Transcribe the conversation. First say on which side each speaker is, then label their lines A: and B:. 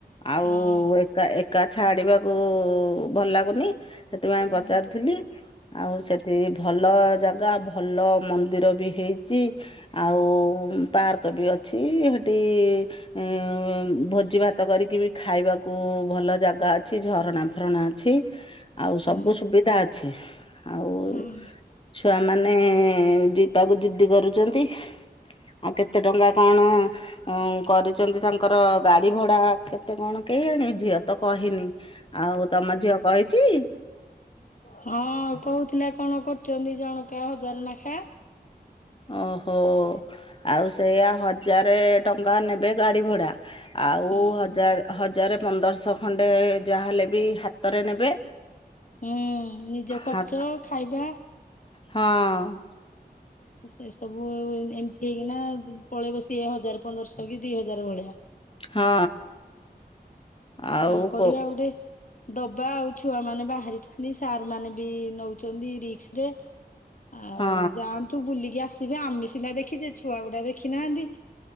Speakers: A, on the left (about 30°); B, on the left (about 50°).
A: ଆଉ
B: ହଁ
A: ଏକା ଏକା ଛାଡିବାକୁ ଭଲ ଲାଗୁନି। ସେଥିପାଇଁ
B: ହୁଁ
A: ପଚାରୁଥିଲି। ଆଉ ସେଠି ଭଲ ଜାଗା ଭଲ ମନ୍ଦିର ବି ହେଇଚି। ଆଉ ଉମ୍ ପାର୍କ ବି ଅଛି। ହେଠି ଭୋ ଭୋଜି ଭାତ କରିକି ବି ଖାଇବାକୁ ଭଲ ଜାଗା ଅଛି। ଝରଣା ଫରଣା ଅଛି। ଆଉ
B: ହୁଁ
A: ସବୁ ସୁବିଧା ଅଛି ଆଉ
B: ହଁ।
A: ଛୁଆ ମାନେ ଯୋଉଟାକୁୁ ଜିଦ୍ଦି କରୁଚନ୍ତି। ଆଉ କେତେ ଟଙ୍କା କଣ? ହଁ କରିଚନ୍ତି ତାଙ୍କର ଗାଡି ଭଡା କେତେ କଣ କେଆଣି ଝିଅ ତ କହିନି। ଆଉ ତମ ଝିଅ କହିଚି?
B: ହଁ ଆଉ କହୁଥିଲା କଣ କରୁଚନ୍ତି ଜଣକା ହଜର ନଖା।
A: ଓହୋ ଆଉ ସେଆ ହଜାରେ ଟଙ୍କା ନେବେ ଗାଡି ଭଡ଼ା। ଆଉ
B: ହଁ
A: ହଜାର ହଜାରେ ପନ୍ଦରଶହ ଖଣ୍ଡେ ଯାହା ହେଲେ ବି ହାତରେ ନେବେ।
B: ହୁଁ ନିଜ ଖର୍ଚ୍ଚ
A: ହା
B: ଖାଇବା
A: ହଁ
B: ସେ ସବୁ ଏମତି ହେଇକିନା ଆଉ ପଳେଇବ ସିଏ ହଜାର ପନ୍ଦରଶହ କି ଦି ହଜାର ଭଳିଆ।
A: ହଁ। ଆଉ
B: କଣ କରିବା
A: କୋଉ
B: ଆଉ ଗୋଟେ ଦବା ଆଉ। ଛୁଆ ମାନେ ବାହାରିଛନ୍ତି ସାର୍ ମାନେ ବି ନଉଚନ୍ତି ରିକ୍ସ୍ ରେ। ଆଉ
A: ହଁ।
B: ଯାଆନ୍ତୁ ବୁଲିକି ଆସିବେ। ଆମେ ସିନା ଦେଖିଚୁ ଛୁଆ ଗୁଡା ଦେଖିନାହାନ୍ତି।